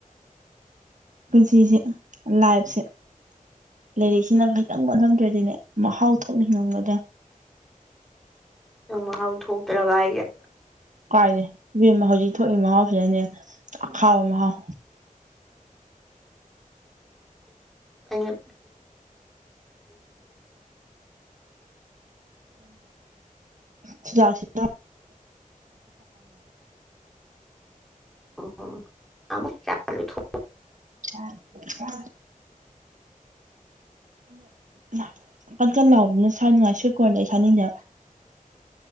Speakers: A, on the right; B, in the centre.
A: ꯄꯨꯟꯖꯤꯁꯦ ꯂꯥꯏꯐꯁꯦ ꯂꯥꯏꯔꯤꯛꯁꯤꯅ ꯈꯤꯇꯪ ꯃꯊꯝꯗ꯭ꯔꯗꯤꯅꯦ ꯃꯍꯥꯎ ꯊꯣꯛꯅ ꯍꯤꯡꯉꯝꯒꯗꯦ
B: ꯑ ꯃꯍꯥꯎ ꯊꯣꯛꯇ꯭ꯔꯕ ꯑꯩꯒ
A: ꯀꯥꯏꯔꯦ ꯏꯦꯝ ꯍꯧꯖꯤꯛ ꯊꯣꯛꯏ ꯃꯍꯥꯎꯁꯤꯅꯅꯦ ꯑꯈꯥꯕ ꯃꯍꯥꯎ
B: ꯩꯅ
A: ꯆꯤꯖꯥꯛꯁꯤ
B: ꯎꯝ ꯑꯃꯥꯏ ꯆꯂ ꯊ
A: ꯑ ꯑ ꯑ ꯀꯀ ꯂꯥꯎꯕꯅ ꯁꯥꯅꯤꯡꯉꯥꯏ ꯁꯣꯏꯀꯣꯟꯗ ꯑꯩ ꯁꯥꯅꯤꯡꯗꯦꯕ